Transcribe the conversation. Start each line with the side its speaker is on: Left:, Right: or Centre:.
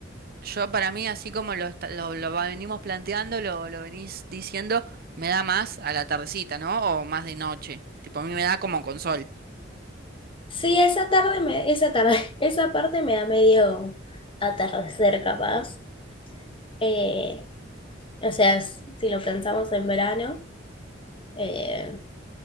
Right: Yo para mí, así como lo, esta- lo, lo va- venimos planteando, lo, lo venís diciendo, me da más a la tardecita, ¿no? O más de noche. Tipo, a mí me da como con sol.
Left: Sí, esa tarde, me, esa tarde, <laughs> esa parte me da medio atardecer capaz. Eh, o sea, s- si lo pensamos en verano, eh,